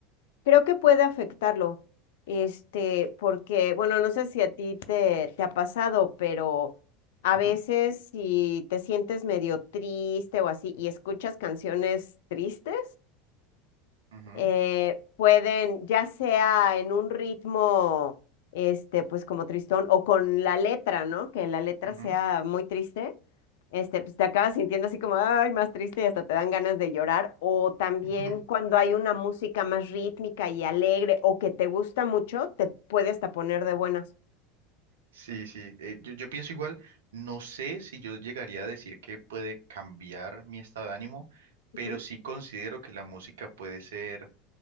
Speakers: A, on the left; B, on the right.
A: Creo que puede afectarlo, este, porque, bueno, no sé si a ti te, te ha pasado, pero a
B: Ujú,
A: veces si te sientes medio triste o así y escuchas canciones tristes,
B: ujú,
A: eh, pueden, ya sea en un ritmo, este, pues como tristón, o con la letra, ¿no? Que la letra
B: ujú.
A: sea muy triste, este, pues te acabas sintiendo así como, ay, más triste y hasta te dan ganas de llorar. O también
B: <laughs>
A: cuando hay una música más rítmica y alegre o que te gusta mucho, te puede hasta poner de buenas.
B: Sí, sí. Eh, yo, yo pienso igual, no sé si yo llegaría a decir que puede cambiar mi estado de ánimo,
A: Ujú.
B: pero sí considero que la música puede ser